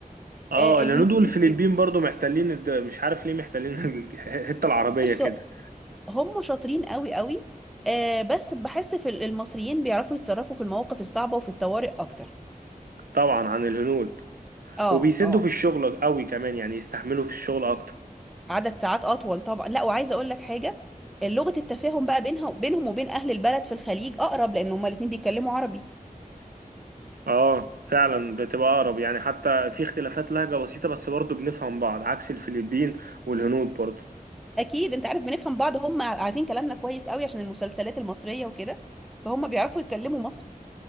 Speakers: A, on the right; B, in the centre.
A: اه
B: آه
A: الهنود
B: الهنود
A: والفلبين
B: والفلبين
A: برضو محتلين الد... مش عارف ليه محتلين <laughs> الحته العربيه
B: بص
A: كده
B: هم شاطرين قوي قوي آه بس بحس في ال- المصريين بيعرفوا يتصرفوا في المواقف الصعبة وفي الطوارئ اكتر
A: طبعا عن الهنود
B: اه
A: وبيسدوا
B: اه
A: في الشغل قوي كمان يعني يستحملوا في الشغل اكتر
B: عدد ساعات اطول طبعا لا وعايزه اقول لك حاجه لغه التفاهم بقى بينها بينهم وبين اهل البلد في الخليج اقرب لان هما الاتنين بيتكلموا عربي
A: اه فعلا بتبقى اقرب يعني حتى في اختلافات لهجة بسيطة بس برضه بنفهم بعض عكس الفلبين والهنود برضه
B: اكيد انت عارف بنفهم بعض هم عارفين كلامنا كويس قوي عشان المسلسلات المصريه وكده فهم بيعرفوا يتكلموا مصري